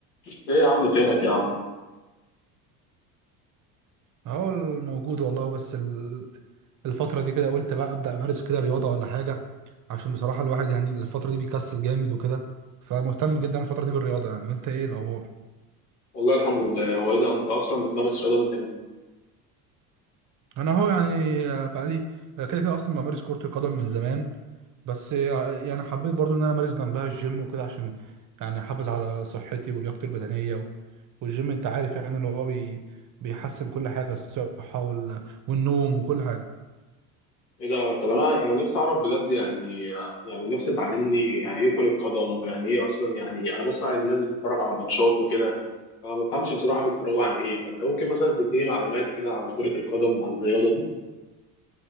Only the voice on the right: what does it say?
اه موجود والله بس ال- الفترة دي كده قلت بقى أبدأ أمارس كده رياضة ولا حاجة عشان بصراحة الواحد يعني الفترة دي بيكسل جامد وكده فمهتم جدا الفترة دي بالرياضة يعني وأنت إيه الأخبار؟
أنا أهو يعني بقى لي بقى كده كده أصلا بمارس كرة القدم من زمان بس يعني حبيت برضو إن أنا أمارس جنبها الجيم وكده عشان يعني أحافظ على صحتي ولياقتي البدنية والجيم أنت عارف يعني اللي هو بي بيحسن كل حاجة الصحة وال... والنوم وكل حاجة